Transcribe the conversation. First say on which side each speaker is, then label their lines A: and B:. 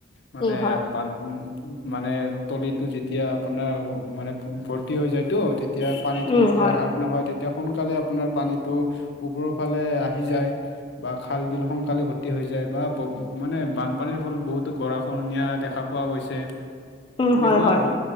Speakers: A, on the left (about 65°); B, on the left (about 25°).
A: মানে
B: উম, হয়।
A: বান উম মানে তলিটো যেতিয়া আপোনাৰ মানে ভৰ্তি হৈ যায়তো। তেতিয়া পানীতো
B: উম,
A: যেতিয়া
B: হয়।
A: শাক নহয় তেতিয়া সোনকালে আপোনাৰ পানীটো ওপৰৰ ফালে আহি যায়। বা খাল বিল সোনকালে ভৰ্তি হৈ যায় বা ব মানে বানপানীৰ হ'ল বহুতো গৰাক্ষহণিয়া দেখা পোৱা গৈছে।
B: <unintelligible>
A: তেনেকোৱা
B: হয়।
A: আৰু